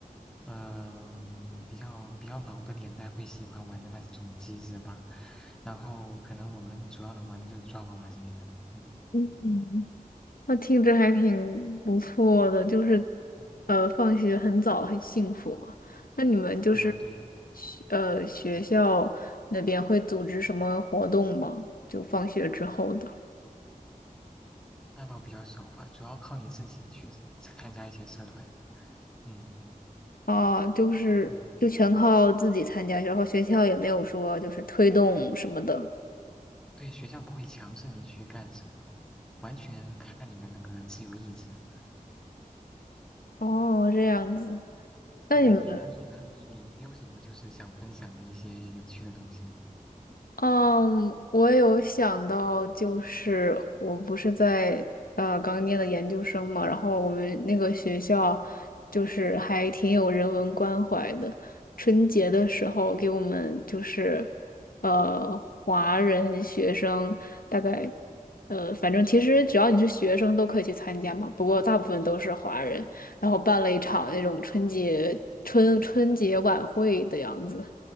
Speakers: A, in the centre; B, on the left.
A: 呃，比较比较老的年代会喜欢玩的那种机子吧。然后可能我们主要能玩的就是抓娃娃之类的。嗯
B: 嗯，那听着还挺不错的，就是，
A: 嗯，
B: 呃，放学很早，很幸福啊。那你们就是，
A: 对呀对呀，
B: 学呃，学校那边会组织什么活动吗？就放学之后的。
A: 那倒比较少吧，主要靠你自己去参加一些社团。嗯
B: 啊，就是就全靠自己参加，
A: 嗯，
B: 然后学校也没有说就是推动什么的。
A: 对，学校不会强制你去干什么，完全看你的那个自由意志。
B: 哦，这样子。那你们
A: 对对对，那你呢？你你你有什么就是想分享的一些有趣的东西吗？
B: 嗯，我有想到，就是我不是在呃刚念的研究生嘛，然后我们那个学校就是还挺有人文关怀的。春节的时候给我们就是呃华人学生大概呃反正其实只要你是学生都可以去参加嘛，不过大部分都是华人，然后办了一场那种春节春春节晚会的样子。